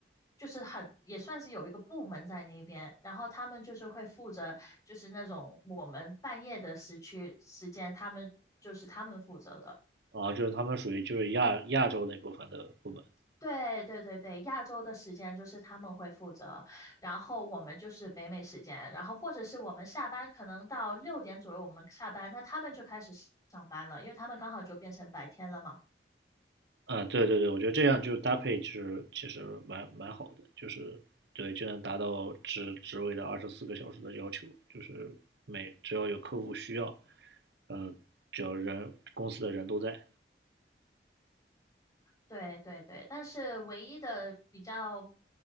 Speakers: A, on the left; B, on the right.
A: 就是很，也算是有一个部门在那边，然后他们就是会负责，就是那种我们半夜的时区时间，他们就是他们负责的。
B: 啊，就是他们属于就是亚亚洲那部分的部门。
A: 对对对对，亚洲的时间就是他们会负责，然后我们就是北美时间，然后或者是我们下班可能到六点左右我们下班，那他们就开始上班了，因为他们刚好就变成白天了嘛。
B: 嗯，对对对，我觉得这样就是搭配，就是其实蛮蛮好的，就是对，就能达到职职位的二十四个小时的要求，就是每只要有客户需要，呃，只要人公司的人都在，
A: 对对对，但是唯一的比较，